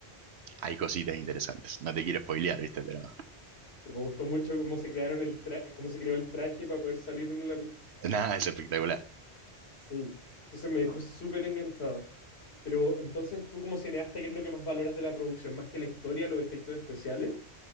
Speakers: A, on the right (about 70°); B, on the left (about 70°).
A: hay cositas interesantes. No te quiero spoilear, ¿viste? Pero
B: pero me gustó mucho cómo se crearon el tra- cómo se creó el traje para poder salir en la... pri-
A: <laughs> nada, es espectacular.
B: Sí. Entonces me dejó súper enganchado. Pero entonces tú como cineasta, ¿qué es lo que más valoras de la producción? ¿Más que la historia, los efectos especiales?